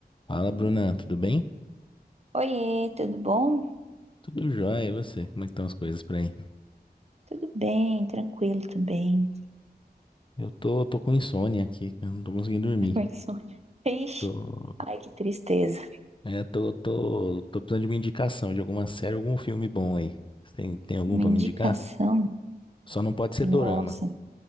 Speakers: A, on the left (about 30°); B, on the right (about 40°).
A: Fala, Bruna, tudo bem?
B: Oiê, tudo bom?
A: Tudo jóia, e você? Como é que estão as coisas por aí?
B: Tudo bem, tranquilo também.
A: Eu tô, tô com insônia aqui, eu não tô conseguindo dormir.
B: Oi, Sônia. Ixi,
A: Tô,
B: ai, que tristeza.
A: é, tô, tô, tô precisando de uma indicação de alguma série, algum filme bom aí. Você tem, tem algum
B: Uma
A: pra
B: indicação?
A: me indicar? Só não pode ser
B: Nossa,
A: dorama.